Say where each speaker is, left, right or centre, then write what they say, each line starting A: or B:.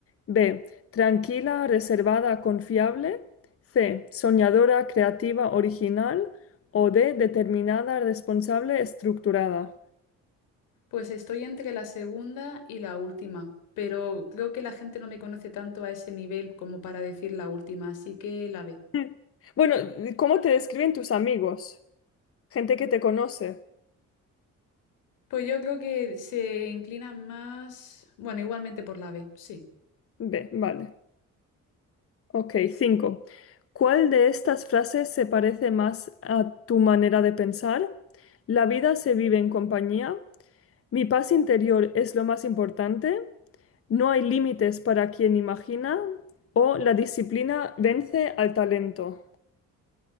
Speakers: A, on the left; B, on the left.
A: B, tranquila, reservada, confiable. C, soñadora, creativa, original. O D, determinada, responsable, estructurada.
B: Pues estoy entre la segunda y la última, pero creo que la gente no me conoce tanto a ese nivel como para decir la última, así que la B.
A: Hmm. Bueno, ¿cómo te describen tus amigos? Gente que te conoce.
B: Pues yo creo que se inclinan más, bueno, igualmente por la B, sí.
A: B, vale. Ok, cinco. ¿Cuál de estas frases se parece más a tu manera de pensar? La vida se vive en compañía. Mi paz interior es lo más importante. No hay límites para quien imagina. O la disciplina vence al talento.